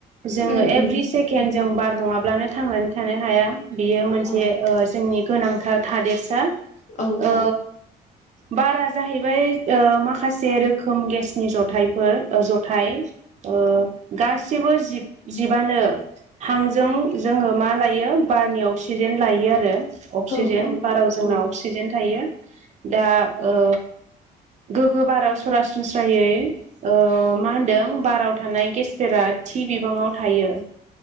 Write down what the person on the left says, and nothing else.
उम
उम
औ
औ
औ
औ
औ